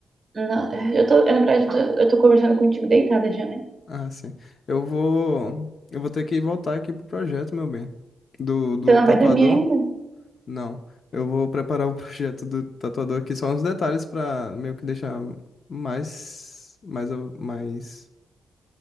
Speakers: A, on the right; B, on the left.
A: Não,
B: É.
A: eu tô, na verdade, eu tô, eu tô conversando contigo deitada já, né?
B: Ah, sim. Eu vou, eu vou ter que voltar aqui pro projeto, meu bem. Do, do
A: Você não
B: tatuador?
A: vai dormir ainda?
B: Não. Eu vou preparar o <laughs> projeto do tatuador aqui, só uns detalhes pra meio que deixar mais, mais, mais...